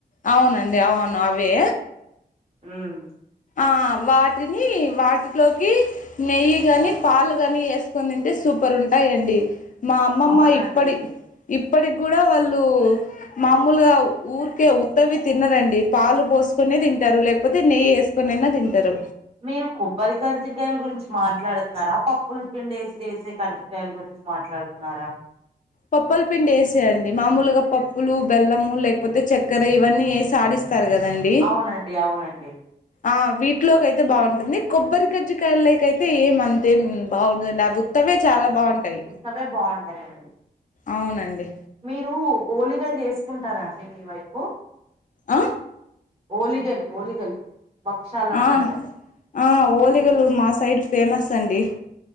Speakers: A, on the left; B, on the right.
A: అవునండి అవును అవే
B: ఉమ్
A: ఆ వాటిని వాటిలోకి నెయ్యి గాని పాలు గాని ఏసుకొని తింటే సూపర్ ఉంటాయండి మా అమ్మమ్మ
B: అవునండి
A: ఇప్పటి ఇప్పటికి కూడా వాళ్ళు మామూలుగా ఊరికే ఉత్తవి తినరండి పాలు పోసుకొనే తింటారు లేకపోతే నెయ్యి ఏసు కొనైన్న తింటారు
B: మీరు కొబ్బరి కర్జికాయల గురించి మాట్లాడుతున్నారా పప్పుల పిండి వేసి చేసే కర్జికాయల గురించి మాట్లాడుతున్నారా
A: పప్పుల పిండి వేసేయండి మామూలుగా పప్పులు బెల్లము లేకపోతే చక్కెర ఇవన్నీ వేసి ఆడిస్తారు కదండి
B: అవునండి అవునండి
A: ఆ వీటిలోకియితే బావుంటుంది కొబ్బరి కర్జికాయలకు అయితే ఏమం తేం బావుండదు అండి అవి ఉత్తవే చాలా బావుంటాయి
B: అవే బావుంటాయండి
A: అవునండి
B: మీరు ఓలిగలు చేసుకుంటారా అండి మీ వైపు
A: ఆ
B: ఓలిగలు ఓలిగలు బక్షాలు అంటారు
A: ఆ
B: కదా
A: ఆ ఓలిగలు మా సైడ్ ఫేమస్ అండి